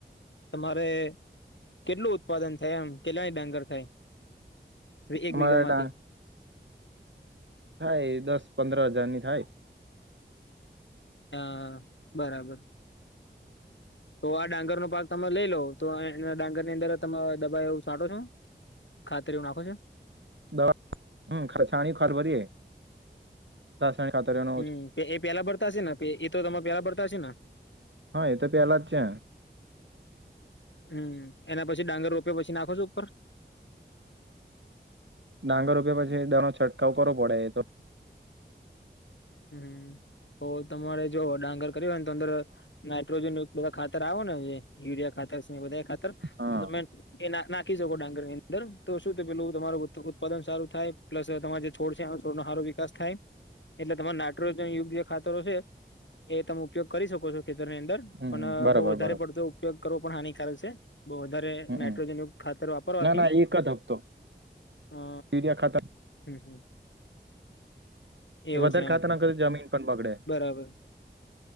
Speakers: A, on the left; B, on the right.
A: તમારે કેટલું ઉત્પાદન થાય એમ કેલાણી ડાંગર થાય એક
B: અમારે
A: વિીઘા માંથી
B: ડાંગ થાય દસ પંદર હજાર ની થાય
A: હા બરાબર તો આ ડાંગર નો પાક તમે લઈ લો તો ડાંગર ની અંદર તમે દબાવ એવું છાંટો છો ખાતરી એું નાખો છે
B: દવા હ છાણી ખર ભરી હ રાસાયન ખાતરોનો
A: હમ એ પેલા ભરતાશે ને એ તો તમે પેલા ભરતાશે ને
B: હા એ તો પેલા જ છે
A: હમ એના પછી ડાંગર રોપ્યો પછી નાખો છો ઉપર
B: ડાંગર રોપ્યા પછી એ દાનો છંટાવ કરવો પડે એ તો
A: હમ તો તમારે જો ડાંગર કર હોય ને તો અંદર નાઇટ્રોજન બધા ખાતર આવે ને યુરિયા ખાતર બધા ખાતર
B: હા
A: તો તમેં એ નાખી શકો ડાંગર ની અંદર તો શું થ પેલું તમારું ઉત્પાદન સારું થાય પ્લસ તમા જે છોડ છે એ છોડ નો સારો વિકાસ થાય એટલે તમારે નાઇટ્રોજન યોગ્ય ખાતરો છે એ તમે ઉપયોગ કરી શકો છો ખેતર ની અંદર
B: હમ
A: પણ
B: બરાબર
A: બહુ વધારે
B: બરાબર
A: પડતો ઉપયોગ કરવો પણ હાનિકારક છે બોવ વધારે નાઇટ્રોજન
B: હમ
A: યુગ ખાતર વાપરવાથી
B: ના ના એક જ હપ્તો
A: અ
B: યુરિયા ખાતર
A: હમ હમ એવું
B: વધાર
A: છે એમ
B: ખાતર નાખ જમીન પણ બગડે
A: બરાબર